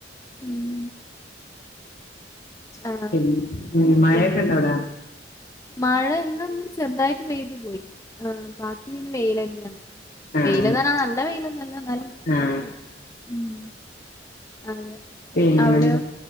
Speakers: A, on the left; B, on the left.
A: ഉം ആഹ്
B: പിൻ ഉം മഴയൊക്കെ
A: പിന്നെ
B: ഇണ്ടാ അവിടെ?
A: മഴ ഇന്ന് ഒന്ന് ചെറുതായിട്ട് പെയ്തു പോയി ഏഹ് ബാക്കി പിന്നെ വെയ്ലെന്നെയാ ഇന്ന്
B: ആഹ്
A: വെയില്ന്ന് പറഞ്ഞാ നല്ല വെയിലൊന്നൊല്ലാ എന്നാലും
B: ആഹ്
A: കൊഴപ്പെല്ലാ. ഉം അതെ
B: പിന്നെ
A: അവിടെയോ